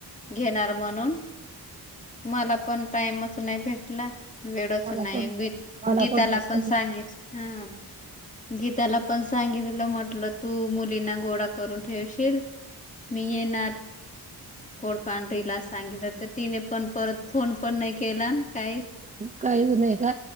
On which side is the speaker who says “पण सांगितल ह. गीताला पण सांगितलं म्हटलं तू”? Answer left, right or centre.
Left